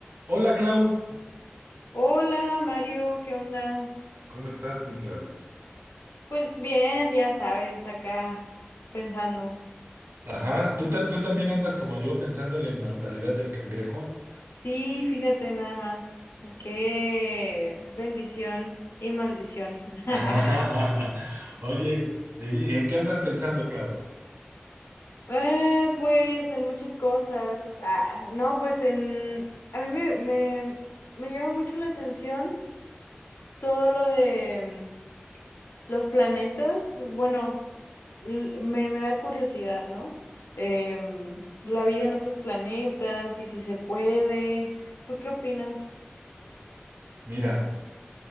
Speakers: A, on the right; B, on the left.
A: Hola Clau,
B: Hola Mario, ¿qué onda?
A: ¿cómo estás, mi Clau?
B: Pues bien, ya sabes, acá pensando.
A: Ajá, ¿tú, ta- tú también andas como yo pensando en la inmortalidad del cangrejo?
B: Sí, fíjate nada más, qué bendición y maldición. <laughs>
A: <laughs> Oye, ¿y y en qué andas pensando, Clau?
B: Eh, pues en muchas cosas. Ah, no, pues en... A mí me, me, me llama mucho la atención todo lo de... Los planetas, bueno, l- me, me da curiosidad, ¿no? Em, la vida en otros planetas y si se puede. ¿Tú qué opinas?
A: Mira,